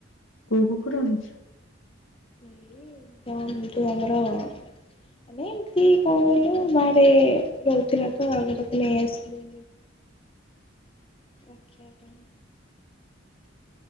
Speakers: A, on the left; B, on the left.
A: କୋଉ କୁକୁର ଆଣିଛ।
B: ଏଇ ତମ ଯୋଉ ଆମର ‌। ମାନେ ଏମତି କଣ କହିଲୁ ବାହାରେ ରହୁଥିଲା ତ ଆଜି ତାକୁ ନେଇ ଆସିଲୁ। ରଖିବା ପାଇଁ।